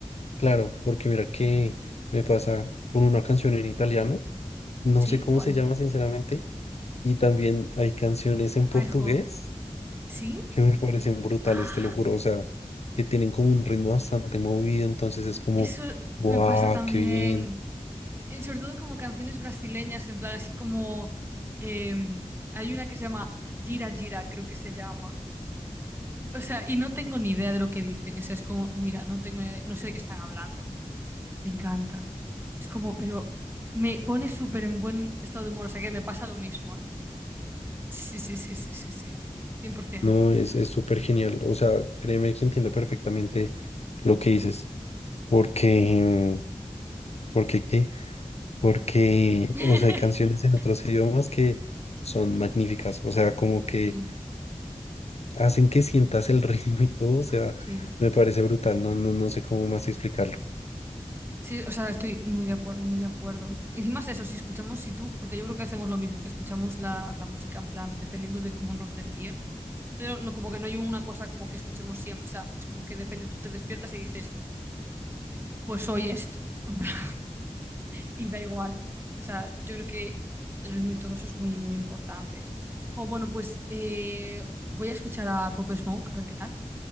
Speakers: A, on the left; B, on the right.
A: Claro, porque mira que me pasa con una canción en italiano, no
B: ¿Sí?
A: sé cómo
B: ¿Cuál?
A: se llama sinceramente, y también hay canciones en portugués
B: Ay, jo. ¿Sí?
A: que me parecen brutales,
B: Ah,
A: te lo juro. O sea, que tienen como un ritmo bastante movido, entonces es como,
B: eso
A: wow,
B: me pasa también.
A: qué bien.
B: Eh, Sobre todo como canciones brasileñas, en plan así como... em, hay una que se llama Gira Gira, creo que se llama. O sea, y no tengo ni idea de lo que dicen. O sea, es como, mira, no tengo ni idea- no sé de qué están hablando. Me encanta. Es como, pero me pone súper en buen estado de humor. O sea, que me pasa lo mismo, ¿eh? Sí, sí, sí, sí, sí, sí, cien por 100%.
A: No, es, es súper genial. O sea, créeme que entiendo perfectamente lo que dices. Porque, porque qué, porque,
B: <laughs>
A: o sea, hay canciones en otros idiomas que son magníficas. O sea, como que
B: Sí,
A: hacen que sientas el <laughs> ritmo y todo. O sea,
B: sí.
A: me parece brutal. No, no, no sé cómo más explicarlo.
B: Sí, o sea, estoy muy de acuerdo, muy de acuerdo. Encima es eso, si escuchamos, si tú, porque yo creo que hacemos lo mismo, que escuchamos la, la música en plan, dependiendo de cómo nos dé el día, pero no como que no hay una cosa como que escuchemos siempre, o sea, es como que depende, tú te despiertas y dices, pues hoy esto, <laughs> En plan, y da igual. O sea, yo creo que el ritmo y todo eso es muy, muy importante. O bueno, pues eh, voy a escuchar a Pop Smoke, a ver qué tal,